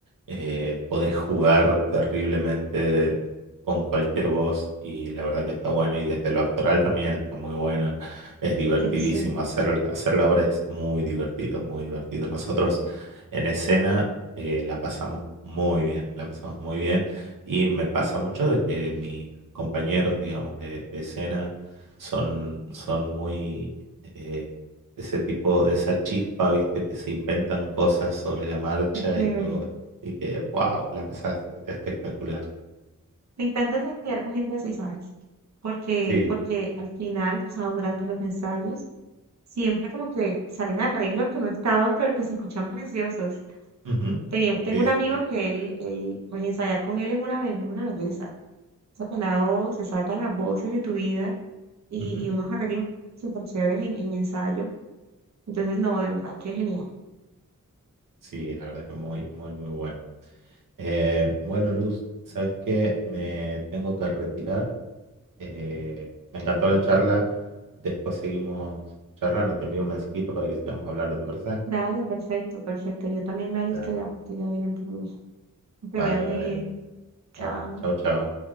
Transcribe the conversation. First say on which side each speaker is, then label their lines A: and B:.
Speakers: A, on the right; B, on the right.
A: eh, podés jugar terriblemente con cualquier voz y la verdad que está bueno y desde lo actoral también está muy bueno, es divertidísimo,
B: sí, sí.
A: hacer, hacer la obra es muy divertido, muy divertido. Nosotros en escena eh, la pasamos muy bien, la pasamos muy bien y me pasa mucho de que mis compañeros, digamos, de, de escena, son, son muy eh, ese tipo de esa chispa, viste, que se inventan cosas sobre la marcha
B: Qué chévere.
A: y que, y que wow, la pasas espectacular.
B: Me encanta ensayar con gente así, ¿sabes? Porque,
A: Sí,
B: porque al final, o sea, durante los ensayos, siempre como que salen arreglos que no estaban, pero que se escuchan preciosos.
A: ujú,
B: Tenía- tengo
A: Sí,
B: un amigo
A: sí, sí.
B: que él, él, pues ensayar con él es una, be- una belleza. saca la voz, se saca las voces de tu vida y,
A: ujú.
B: y unos arreglos súper chéveres en, en ensayo. Entonces, no, de verdad que genial.
A: Sí, la verdad que muy, muy, muy bueno. Eh, bueno, Luz, ¿sabes qué? Me tengo que retirar. Eh, me encantó la charla. Después seguimos charlando. Te envío un mensajito para que sigamos hablando, ¿te parece?
B: Dale, perfecto, perfecto. Yo también me alisto
A: Da-
B: ya porque ya vienen por mí. Que Te
A: Vale,
B: vaya muy
A: vale.
B: bien. Chao.
A: Ah, Chau, chau.